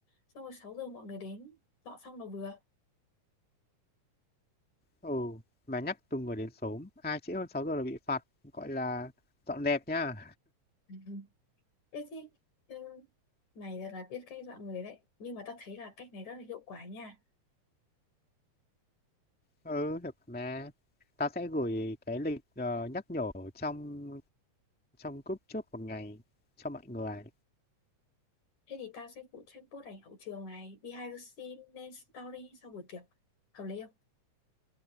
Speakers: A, on the left; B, in the centre.
A: Xong rồi 6 giờ mọi người đến Dọn xong là vừa
B: Ừ, mà nhắc từng người đến sớm, ai trễ hơn 6 giờ là bị phạt, gọi là dọn dẹp nhá.
A: Ừ. Ê thế ừ, Mày thật là biết cách dọn người đấy Nhưng mà tao thấy là cách này rất là hiệu quả nha
B: Ừ, được mà. Tao sẽ gửi cái lịch ờ, nhắc nhở trong trong group trước một ngày cho mọi người.
A: Thế thì tao sẽ phụ trách post ảnh hậu trường này Behind the scene lên story sau buổi tiệc Hợp lý không?